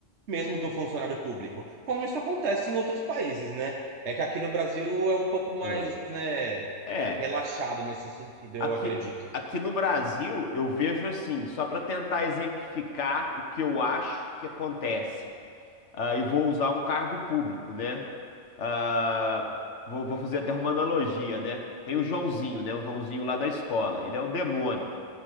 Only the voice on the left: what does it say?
É.
É.
Aqui,
aqui no Brasil, eu vejo assim, só para tentar exemplificar o que eu acho que acontece. ah, e vou usar um cargo público, né? Ah, vou, vou fazer até uma analogia, né? Tem o Joãozinho, né? O Joãozinho lá da escola. Ele é o demônio.